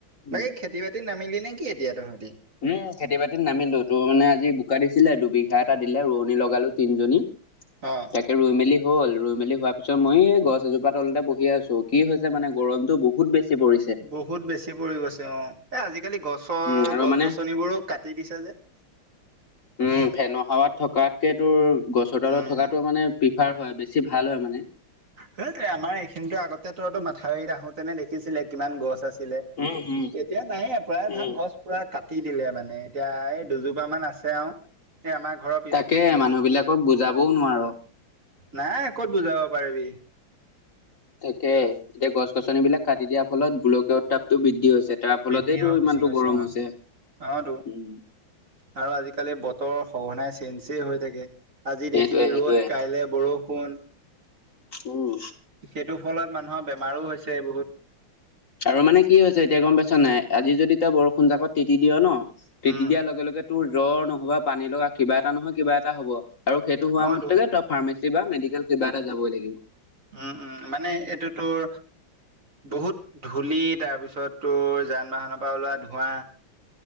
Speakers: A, on the left; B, on the right.
A: উম
B: এই খেতি বাত খেতি নামিলি নেকি এতিয়া তহঁতি।
A: উম খেতি বাতিত নামিলো তোৰ মানে আজি বোকা দিছিলে দুবিঘা এটা দিলে ৰোৱনী লগালো তিনজনী
B: অ'।
A: তাকে ৰুই মেলি হ'ল ৰুই মেলি হোৱাৰ পিছত মই এই গছ এজোপাৰ তলতে বহি আছোঁ কি হৈছে মানে গৰমটো বহু বহুত বেছি পৰিছে।
B: বহুত বেছি পৰি গৈছে অ', এ আজিকালি গছৰ
A: উম আৰু
B: গছ
A: মানে
B: গছনিবোৰো কাটি দিছে যে
A: উম ফেন হাৱাত থকাতকে তোৰ গছৰ তলত
B: উম
A: থকাতো মানে <unintelligible> হয় বেছি ভাল হয় মানে।
B: সেয়েটো আমাৰ এইখিনিতে আগতে তঁহতে মাথাউৰিত আহোতেনে দেখিছিলে কিমান গছ আছিলে।
A: উম উম
B: এতিয়া নাইে প্ৰায় ভাগ
A: উম
B: গছ পুৰা কাটি দিলে মানে, এতিয়া এই দুজোপা মান আছে, আও এই আমাৰ ঘৰত।
A: তাকে মানুহ বিলাকক বুজাবও নোৱাৰো।
B: নাই ক'ত বুজাব পাৰিবি।
A: থাকে, এতিয়া গছ গছনি বিলাক কাটি দিয়াৰ ফলত গোলকীয় উত তাপটো বৃদ্ধি হৈছে। তাৰ ফলতেইতটো
B: বৃদ্ধি হৈ গুচি
A: ইমানতটো
B: গৈছে
A: গৰম
B: অ
A: হৈছে,
B: অতো
A: উম।
B: আৰু আজিকালি বতৰ সঘনাই চেঞ্জ হৈ থাকে। আজি
A: সেইটোয়ে
B: দেখিবি
A: সেইটোয়ে
B: ৰ'দ, কাইলে বৰষুণ।
A: উম
B: সেইটো ফলত মানুহৰ বেমাৰো হৈছে বহুত।
A: আৰু মানে কি হৈছে এতিয়া গ'ম পাইছ নাই, আজি যদি তই বৰষুণ জাকত তেতি দিয় ন, তিতি
B: উম।
A: দিয়াৰ লগে, লগে তোৰ জ্বৰ নহবা পানী লগা, কিবা এটা নহয় কিবা এটা হ'ব, আৰু সেইটো হোৱা
B: অতো
A: মতেকে ত ফাৰ্মাচী বা মেডিকেল কিবা এটা যাবই লাগিব।
B: উম, উম মানে এইটো তোৰ বহুত ধূলি তাৰপিছত তোৰ যান বাহনৰ পৰা ওলোৱা ধোঁৱা